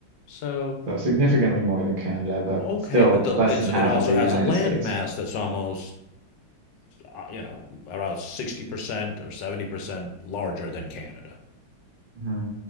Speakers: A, on the left; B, on the right.
A: So
B: so significantly more than Canada, but
A: Okay,
B: still
A: but the,
B: less
A: it's
B: than half
A: it also
B: of the
A: has
B: United
A: a land
B: States.
A: mass that's almost uh, you know around 60% or 70% larger than Canada.
B: hmm